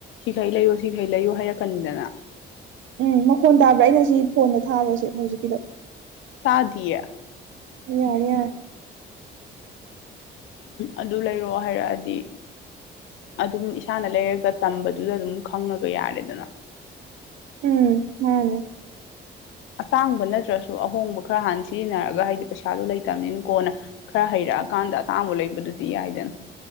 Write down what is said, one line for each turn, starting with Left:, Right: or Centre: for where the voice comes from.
Left: ꯁꯤꯈꯩ ꯂꯩꯌꯣ ꯁꯤꯈꯩ ꯂꯩꯌꯣ ꯍꯥꯏꯔꯛꯀꯅꯤꯗꯅ
Right: ꯎꯝ ꯃꯈꯣꯟ ꯇꯥꯕ꯭ꯔꯥ ꯑꯩꯅ ꯁꯤ ꯐꯣꯟꯗ ꯊꯥꯕꯁꯦ ꯍꯧꯖꯤꯛꯀꯤꯗꯣ
Left: ꯇꯥꯗꯤꯌꯦ
Right: ꯌꯥꯔꯦ ꯌꯥꯔꯦ
Left: ꯑꯗꯨ ꯂꯩꯔꯣ ꯍꯥꯏꯔꯛꯑꯗꯤ ꯑꯗꯨꯝ ꯏꯁꯥꯅ ꯂꯩꯔꯒ ꯇꯝꯕꯗꯨꯗ ꯑꯗꯨꯝ ꯈꯪꯉꯒ ꯌꯥꯔꯦꯗꯅ
Right: ꯎꯝ ꯃꯥꯅꯦ
Left: ꯑꯇꯥꯡꯕ ꯅꯠꯇ꯭ꯔꯁꯨ ꯑꯍꯣꯡꯕ ꯈꯔ ꯍꯥꯟꯅ ꯁꯤꯖꯤꯟꯅꯔꯒ ꯍꯥꯏꯗꯤ ꯄꯩꯁꯥꯗꯨꯣ ꯂꯩꯇꯝꯅꯤꯅ ꯀꯣꯅ ꯈꯔ ꯍꯩꯔꯛꯑꯀꯥꯟꯗ ꯑꯇꯥꯡꯕ ꯂꯩꯕꯗꯨꯗꯤ ꯌꯥꯏꯗꯅ